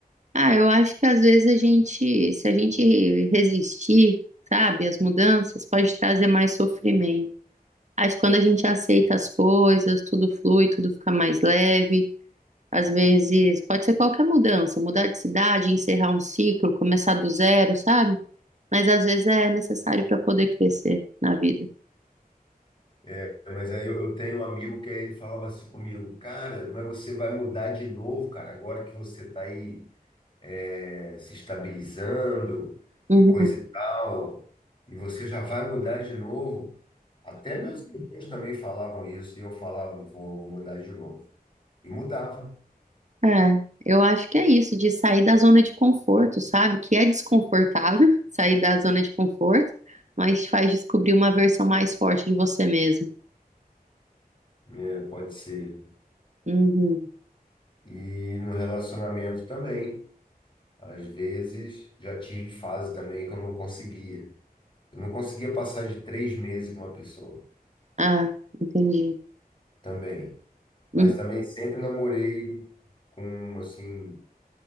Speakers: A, on the right (about 50°); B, on the left (about 30°).
A: Ah, eu acho que às vezes a gente, se a gente resistir, sabe, às mudanças, pode trazer mais sofrimento. Acho que quando a gente aceita as coisas, tudo flui, tudo fica mais leve. Às vezes, pode ser qualquer mudança, mudar de cidade, encerrar um ciclo, começar do zero, sabe? Mas às vezes é necessário para poder crescer na vida.
B: É, mas aí eu, eu tenho um amigo que aí ele falava assim comigo, cara, mas você vai mudar de novo, cara, agora que você está aí. eh, se estabilizando
A: Uhum,
B: e coisa e tal, e você já vai mudar de novo. Até meus irmãos também falavam isso, e eu falava, vou, vou mudar de novo. E mudava,
A: É, eu acho que é isso, de sair da zona de conforto, sabe? Que é desconfortável <laughs> sair da zona de conforto, mas te faz descobrir uma versão mais forte de você mesmo.
B: né? Pode ser.
A: Uhum.
B: E no relacionamento também. Às vezes já tive fase também que eu não conseguia. Eu não conseguia passar de três meses com uma pessoa
A: Ah, entendi.
B: também. Mas
A: Hum.
B: também sempre namorei com, assim,